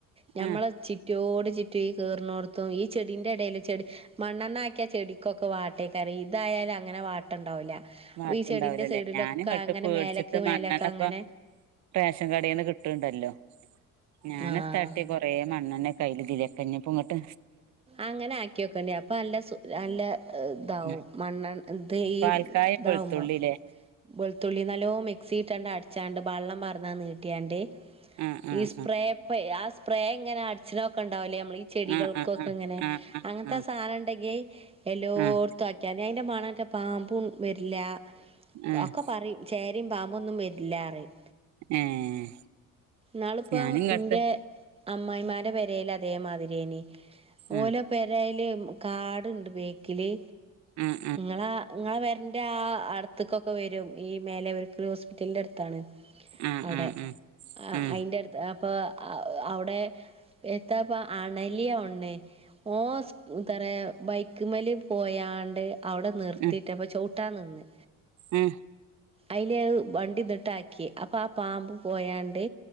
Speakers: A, on the right; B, on the right.
A: ഞമ്മളെ
B: ആഹ്
A: ചിറ്റോട് ചിറ്റും, ഈ കേറ്ണോട് ത്ത് ഓ ഈ ചെടിന്റെ ടയിൽ ചെടി മണ്ണെണ്ണ. ക്കിയാ ചെടിക്കൊക്കെ വാട്ടേക്കാരം ഇതായാലും അങ്ങനെ വാട്ട ണ്ടാവൂല.
B: വാട്ടുണ്ടാവൂലല്ലേ
A: അപ്പൊ ഈ ചെടിന്റെ സൈഡിലൊക്കെ
B: ഞാനും കേട്ട്
A: അങ്ങനെ
B: പേടിച്ചിട്ട്
A: മേലക്ക് മേലൊക്കെ
B: മണ്ണെണ്ണ
A: അങ്ങനെ
B: ഇപ്പ റേഷൻ കടയിന്ന് കിട്ട്ണ്ടല്ലോ. ഞാനത്താട്ടിയെ
A: ആഹ്
B: കൊറേ മണ്ണണ്ണെ കയ്ൽ തിരക്ക ഞ്ഞപ്പ ങ്ങട്ട്
A: അങ്ങനെ ആക്കിയോക്കേണ്ടി അപ്പൊ അല്ല സുഖ നല്ല താവും
B: ഉം
A: <unintelligible>
B: പാൽക്കായും
A: ഇതാവുമ്പ
B: വെളുത്തുള്ളില്ലേ
A: വെളുത്തുള്ളി നല്ലോ മിക്സി ഇട്ടാണ്ട് അടച്ചാണ്ട് ബള്ളം പാർന്ന് നീട്ടിയാണ്ട്
B: ആഹ് ആഹ്
A: ഈ സ്പ്രപ് ആ സ് സ്പ്രേ ങ്ങനെ അടിച്ചിന ഒക്കെ ഉണ്ടാവലേ നമ്മൾ ഈ
B: ആഹ്
A: ചെടികൾക്കൊക്കെ
B: ആഹ് ആഹ്
A: ഇങ്ങനെ
B: ആഹ്
A: അങ്ങനത്തെ
B: ആഹ് ആഹ്
A: സാധനം ഉണ്ടെങ്കിൽ എല്ലോട്ത്തും
B: ആഹ് ആഹ്
A: ആക്കിയ ഞ അതിന്റെ മണെറ്റ പാമ്പും വരില്ല.
B: ആഹ്
A: ഒക്കെ പറയും. ചേര രിംപാമ്പൊന്നും വരില്ലാറിം
B: ഏഹ്
A: നാളിപോ
B: ഞാനും കട്ട്
A: ന്റെ അമ്മായിമാൻ്റെ പെരേല് അതേമാതിരെനി ഓലെ
B: ആഹ്
A: പെരേല് കാട്ണ്ട് ബാക്കില്
B: ആഹ്
A: ങ്ങളെ ങ്ങളെ <unintelligible> ന്റെ ആ അടുത്തുക്കൊക്കെ വരും. ഈ മേലെ <unintelligible> ഹോസ്പിറ്റലിന്റെ അട്ത്താണ്.
B: ആഹ് ആഹ്
A: ഔടെ
B: ആഹ്
A: ആ
B: ആഹ് ആഹ്
A: അയിന്റെ അടുത്ത് ആ അപ്പൊ അവിടെ എത്തപ്പ അണലിയോണ് ഓൻ <unintelligible> ബൈക്ക്‌മല് പോയാണ്ട് അവിടെ നിർത്തിട്ടപ്പം
B: ഉം ഉം
A: ചൗ ട്ടാ നിന്ന്. ട്ടാ
B: ഉം
A: അയില് വണ്ടിന്നിട്ടാക്കി അപ്പൊ ആ പാമ്പ് പോയാണ്ട്